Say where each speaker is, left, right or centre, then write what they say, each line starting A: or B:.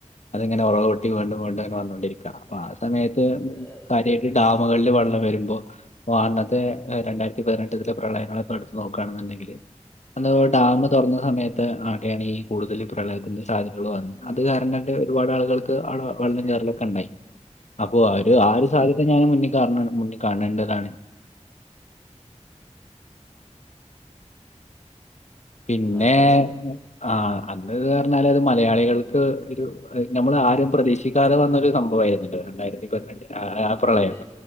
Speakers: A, on the left (about 70°); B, on the left (about 20°).
A: അത്ങ്ങനെ ഉറക് പൊട്ടി വീണ്ടും വീണ്ടു അങ്ങനെ വന്നോണ്ടിരിക്കാണ് അപ്പാ ആ സമയത്ത്
B: അതെ
A: കാര്യയിട്ട് ഡാമുകളില് വെള്ളം വരുമ്പോ പ്പോ അന്നത്തെ ഏഹ് രണ്ടായിരത്തി പതിനെട്ട് ലെ പ്രളയങ്ങളൊക്കെ എടുത്തു നോക്കുകയാണെന്നുണ്ടെങ്കില് അന്ന് ഡാം തുറന്ന സമയത്ത് ആ ടെ യാണ് ഈ കൂടുതൽ പ്രളയത്തിന്ന് സാധ്യതകൾ വന്ന് അത് കാരണം ട്ട് ഒരുപാട് ആളുകൾക്ക് ആവിടെ വെള്ളം ചാറലൊക്കെ ണ്ടായി അപ്പൊ ആര് ആ ഒരു സാധ്യത ഞാൻ മുന്നിൽ കാ മുന്നിൽ കാണേണ്ടതാണ്ത് പിന്നെ
B: അതെ അതെ
A: ആഹ് അന്ന്ത് പറഞ്ഞാൽ അത് മലയാളികൾക്ക് ഒരു നമ്മൾ ആരും പ്രതീക്ഷിക്കാതെ വന്നൊരു സംഭവയിരുന്ന് ട്ടോ രണ്ടായിരത്തി പതിനട്ടിൽ ആ ആപ്രളയം
B: അതെ